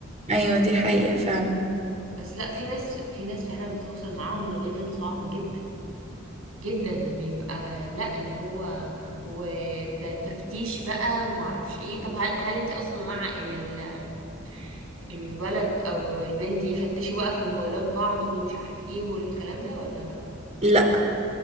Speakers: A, on the right (about 35°); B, on the right (about 85°).
A: ايوه دي حقيقة فعلا
B: مم. بس لا في ناس في ناس فعلا بتوصل معاهم لليفل صعب جدا جدا بيبقى لا اللي هو وتفتيش بقى ومعرفش ايه طب هل هل انت اصلا مع ان ال- الولد او البنت يفتشوا بقى في موبايلات بعض ومش عارف ايه والكلام ده ولا لا
A: لا